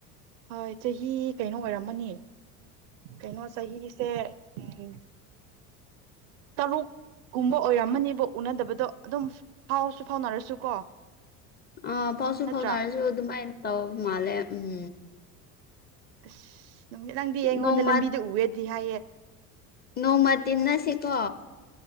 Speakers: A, on the right; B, on the left.
A: ꯍꯣꯏ ꯆꯍꯤ ꯀꯩꯅꯣ ꯑꯣꯏꯔꯝꯃꯅꯤ ꯀꯩꯅꯣ ꯆꯍꯤꯁꯦ ꯎꯝ ꯇꯔꯨꯛ ꯨꯀꯨꯝꯕ ꯑꯣꯏꯔꯝꯃꯅꯤꯕ ꯎꯅꯗꯕꯗꯣ ꯑꯗꯨꯝ ꯐꯥꯎꯁꯨ ꯐꯥꯎꯅꯔꯁꯨ ꯀꯣ
B: ꯑ ꯐꯥꯎꯁꯨ
A: ꯅꯠꯇ꯭ꯔꯥ
B: ꯐꯥꯎꯅꯔꯁꯨ ꯑꯗꯨꯃꯥꯏꯅ ꯇꯧ ꯃꯥꯜꯂꯦ ꯎꯝ
A: ꯑꯁ ꯅꯪꯗꯤ ꯑꯩꯉꯣꯟꯗ
B: ꯅꯣꯡꯃ
A: ꯂꯝꯕꯤꯗ ꯎꯋꯦꯗꯤ ꯍꯥꯏꯌꯦ
B: ꯅꯣꯡꯃ ꯇꯤꯟꯅꯁꯤꯀꯣ